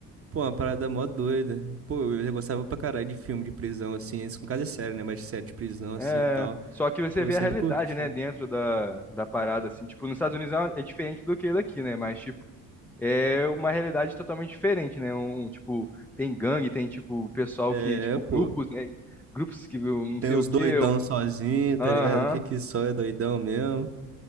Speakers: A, on the right (about 30°); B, in the centre.
A: Pô, uma parada mó doida. Pô, eu gostava pra caralho de filme de prisão, assim, isso com caso é sério, né? Mas de série de prisão, assim
B: É.
A: e tal.
B: Só que você
A: Pô,
B: vê
A: eu sempre
B: a realidade,
A: curti.
B: né, dentro da, da parada, assim. Tipo, nos Estados Unidos é uma- é diferente do que daqui, né? Mas, tipo, é uma realidade totalmente diferente, né? Um, um, tipo, tem gangue, tem, tipo, pessoal
A: É,
B: que, tipo,
A: pô.
B: grupos, né? Grupos que viu não
A: Tem
B: sei
A: os
B: o quê.
A: doidão
B: um,
A: sozinho, tá
B: Aham.
A: ligado? Que que só é doidão mesmo.